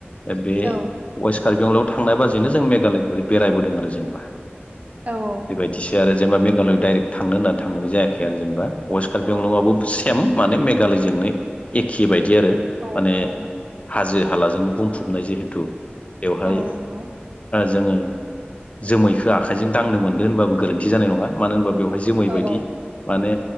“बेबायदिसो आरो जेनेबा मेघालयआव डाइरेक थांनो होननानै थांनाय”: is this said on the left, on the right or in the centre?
Left